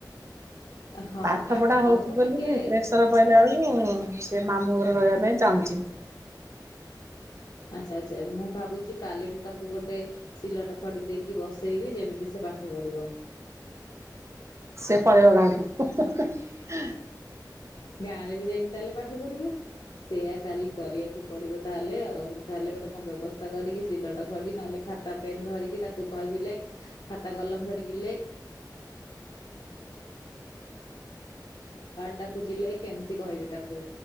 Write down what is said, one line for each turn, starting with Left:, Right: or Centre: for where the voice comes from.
Left: ହଁ
Right: ପାଠ
Left: ପାଠକୁ
Right: ପଢା ହୋଉଚି ବୋଲି
Left: ଟିକେ
Right: ପ୍ରେସର ପହିଲା ବେଳକୁ ସେ ମାମୁଁ ଘରେ ରହିବା ପାଇଁ ଚାହୁଁଚି। <inaudible>
Left: ଆଚ୍ଛା ଆଚ୍ଛା ମୁଁ ଭାବୁଚି କାଲିଠୁ ତାକୁ ଗୋଟେ ସିଲଟ ଖଡି ଦେଇକି ବସେଇବି ଯେମିତି ସେ ପାଠ ପଢିବ। <inaudible>
Right: ସେ ପରଳେଇବା ଗାଙ୍କୁ।
Left: ଗାଁ ରେ ବି ଯାଇକି ତାହେଲେ ପାଠ ପଢିବ ସେୟଆ କାଲି କରିବାକୁ ପଡିବ ତାହେଲେ ଆଉ ମୁଁ ତାହେଲେ ଗୋଟେ କଣ ବ୍ୟବସ୍ଥା କରିକି ସିଲଟ ଖଡି ନହେଲେ ଖାତା ପେନ୍ ଧରିକି ତାକୁ କହିବି ଲେଖ ଖାତା କଲମ ଧରିକି। ତାକୁ ଯିଲେ କେମିତି କହିବି ତାକୁ